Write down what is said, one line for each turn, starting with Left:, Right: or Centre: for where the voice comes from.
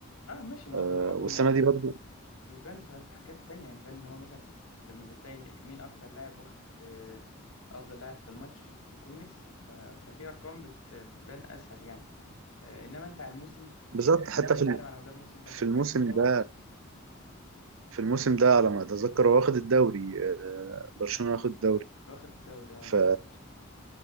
Left: اه ماشي ما
Right: آه،
Left: هو ده برضه
Right: والسنة
Left: ما بي-
Right: دي برضو
Left: بيبان في في حاجات تانية يعني بيبان ان هو مثلا لما بتلاقي إن مين اكتر لاعب واخد آه افضل لاعب في الماتش بيكون ميسي ف- ففي ارقام بت بتبان اسهل يعني آه، انما انت على الموسم
Right: بالظبط
Left: لما
Right: حتى
Left: نيجي
Right: في
Left: نتكلم
Right: ال-
Left: على مدار موسم فانت
Right: في
Left: محتاج
Right: الموسم
Left: بطولات
Right: ده في الموسم ده على ما اتذكر هو واخد الدوري آه، برشلونة واخد الدوري
Left: واخد الدوري اه
Right: ف
Left: مظبوط